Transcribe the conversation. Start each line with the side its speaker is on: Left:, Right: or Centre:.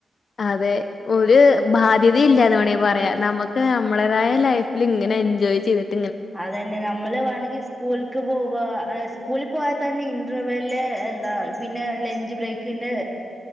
Left: അതെ ഒരു ബാധ്യതയില്ലന്ന് വേണമെങ്കിൽ പറയാ നമുക്ക് നമ്മടേതായ ലൈഫിൽ ഇങ്ങനെ എൻജോയ് ചെയ്തിട്
Centre: അതന്നെ നമ്മള് വേണെങ്കിൽ സ്കൂളക്ക് പോവാ സ്കൂളിൽ പോവാ തന്നെ ഇന്റർവെൽ എന്താ പിന്നെ ലഞ്ച് ബ്രേക്കില്